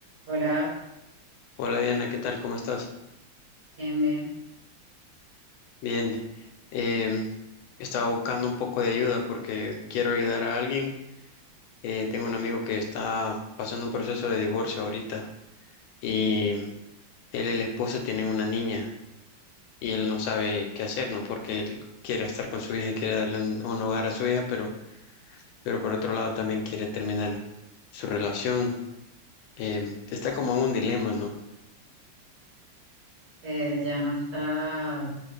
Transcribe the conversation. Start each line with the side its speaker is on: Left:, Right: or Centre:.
Right: Hola,
Left: Hola Diana, ¿qué tal? ¿Cómo estás?
Right: bien, bien.
Left: Bien, em, estaba buscando un poco de ayuda porque quiero ayudar a alguien. Eh, tengo un amigo que está pasando un proceso de divorcio ahorita y él y la esposa tienen una niña y él no sabe qué hacer, ¿no? Porque él quiere estar con su hija y quiere darle un, un hogar a su hija, pero, pero por otro lado también quiere terminar su relación. Em, está como en un dilema, ¿no?
Right: Eh, ya no está